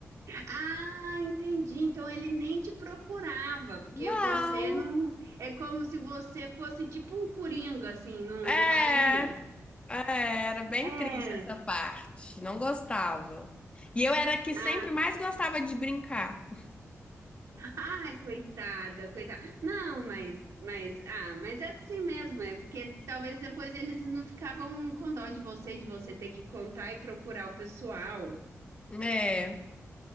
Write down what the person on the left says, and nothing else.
Não.
É,
é, era bem
triste essa parte. Não gostava. E eu era a que sempre
mais gostava de brincar.
É.